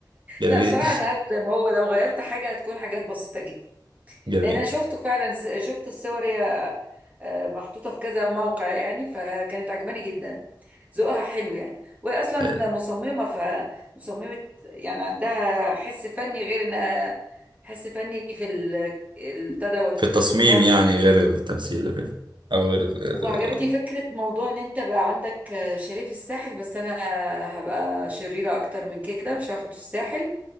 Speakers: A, on the right; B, on the right.
A: جميل
B: لا بصراحه انا هاخده زي ما هو لو غيرت حاجه هتكون حاجات بسيطه جدا
A: <laughs> جميل
B: لان انا شفته فعلا س- شفت الصور هي آه، محطوطه في كذا موقع يعني فكانت عجباني جدا ذوقها حلو يعني وهي اصلا
A: حلو.
B: مصممه فمصممه يعني عندها حس فني غير انها حس فني في ال- البتاع دوت
A: في
B: في
A: التصميم
B: التصميمات
A: يعني
B: وكده
A: غير التمثيل وكده أو غير ال-
B: وعجبتني
A: ال-
B: فكرة موضوع ان انت بقى عندك شاليه في الساحل بس انا هبقى شريرة اكتر من كده مش هاخد في الساحل